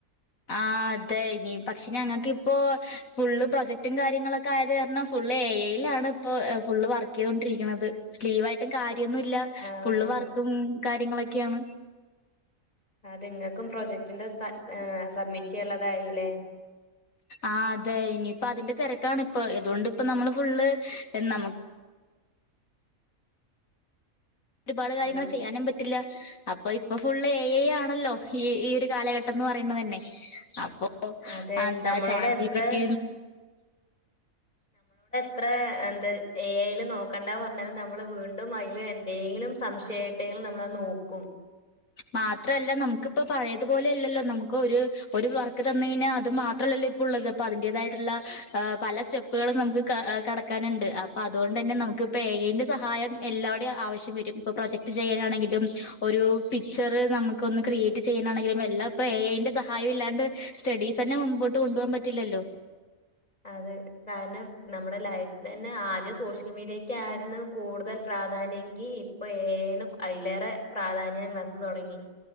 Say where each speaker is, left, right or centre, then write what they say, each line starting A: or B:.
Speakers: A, on the left; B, on the left.
A: ആ അതെ ഇനി പക്ഷേ ഞങ്ങൾക്ക് ഇപ്പോ ഫുള്ള് പ്രൊജക്ടും കാര്യങ്ങളൊക്കെ ആയത് കാരണം ഫു ള്ളേ ഐലാണ് ഇപ്പൊ ഫുള്ള് വർക്ക്‌ യ്തോണ്ടിരിക്കണത്. ലീവായിട്ടും കാര്യ <inaudible> ന്ന്ല്ല
B: ആഹ്
A: ഫുള്ള് വർക്കും കാര്യങ്ങളൊക്കെയാണ്
B: അത് നിങ്ങൾക്കും പ്രോജക്ടിന്റെ സബ്മിറ്റ് ചെയ്യുള്ളതായില്ലേ
A: ആ അതെ ഇനിയിപ്പ അതിന്റെ തിരക്കാണ് ഇപ്പ അതുകൊണ്ട് ഇപ്പ നമ്മള് ഫുള്ള് നമക്ക് ഒരുപാട് കാര്യങ്ങൾ
B: ഹലോ
A: ചെയ്യാനും പറ്റില്ല അപ്പൊ അപ്പൊ ഫുള്ള് എ ഐ ആണല്ലോ ഈ ഈ ഒരു കാലഘട്ടം ന്ന് പറയണ തന്നെ അപ്പൊ ഓ
B: അതെ
A: എന്താ
B: നമ്മളോട്
A: ചാറ്റ്
B: എത്ര
A: ജിബി റ്റ
B: ത്ര എന്താ ഏയ്ല് നോക്കണ്ട പറഞ്ഞാലു നമ്മള് വീണ്ടും അതിൽ എന്തെങ്കിലും സംശയട്ടെങ്കിലും നമ്മളത് നോക്കും
A: മാത്രല്ല നമുക്കിപ്പ പഴയതുപോലെ അല്ലല്ലോ നമുക്ക് ഒരു ഒരു വർക്ക് തന്ന കഴിഞ്ഞാൽ അത് മാത്രല്ലോ അതിന്റതായിട്ടുള്ള പല സ്റ്റെപ്പ്കളും നമുക്ക് കടക്കാനുണ്ട് അപ്പ അതുകൊണ്ട് തന്നെ ന നമുക്കിപ്പോ ഏഐന്റെ സഹായം എല്ലാവിടെയും ആവശ്യം വരും ഇപ്പൊ പ്രൊജക്ട് ചെയ്യാനാണെങ്കിലും ഒരു പിക്ചർ നമുക്ക് ഒന്ന് ക്രിയേറ്റ് ചെയ്യാനാണെങ്കില എല്ലാം ഇപ്പം എഐന്റെ സഹായവും ഇല്ലാണ്ട് സ്റ്റഡീസ് തന്നെ മുമ്പ് അട്ട് കൊണ്ടപാൻ പറ്റില്ലല്ലോ
B: അതെ കാരണം നമ്മുടെ ലൈഫിൽ തന്നെ ആദ്യം സോഷ്യൽ മീഡിയക്ക ആയിരുന്നു കൂടുതൽ പ്രാധാന്യംങ്കി ഇപ്പൊ ഏനും അതിലേറെ പ്രാധാന്യം വന്നു തുടങ്ങി